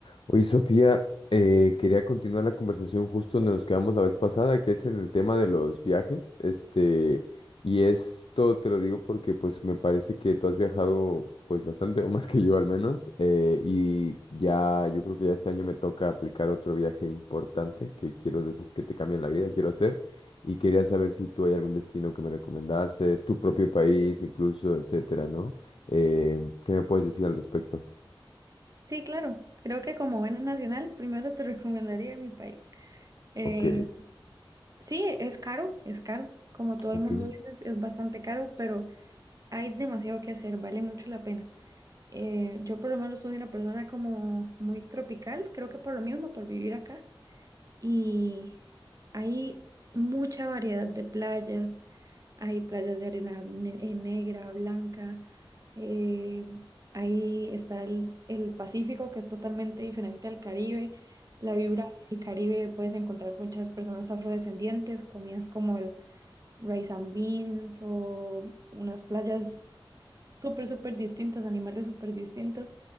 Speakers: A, on the left (about 75°); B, on the right (about 40°).
A: Oye, Sofía, eh, quería continuar la conversación justo donde nos quedamos la vez pasada, que es en el tema de los viajes. Este, y esto te lo digo porque pues me parece que tú has viajado pues bastante, o más que yo al menos, eh, y ya yo creo que ya este año me toca aplicar otro viaje importante que quiero de esos que te cambian la vida, quiero hacer. Y quería saber si tú hay algún destino que me recomendases, tu propio país incluso, etcétera, ¿no? Eh, ¿qué me puedes decir al respecto?
B: Sí, claro. Creo que como buena nacional, primero te <laughs> recomendaría mi país. Eh,
A: Ok,
B: sí, es caro, es caro. Como todo
A: ok.
B: el mundo dice, es, es bastante caro, pero hay demasiado que hacer, vale mucho la pena. Eh, yo por lo menos soy una persona como muy tropical, creo que por lo mismo, por vivir acá. Y hay mucha variedad de playas, hay playas de arena ne- eh, negra, blanca. eh, ahí está el, el Pacífico, que es totalmente diferente al Caribe. La vibra del Caribe puedes encontrar muchas personas afrodescendientes, comidas como el rice and beans o unas playas súper, súper distintas, animales súper distintos,